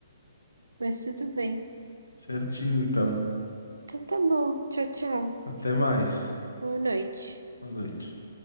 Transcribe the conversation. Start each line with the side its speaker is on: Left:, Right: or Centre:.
Right: Mas tudo bem.
Left: Certinho, então.
Right: Então tá bom, tchau, tchau.
Left: Até mais.
Right: Boa noite.
Left: Boa noite.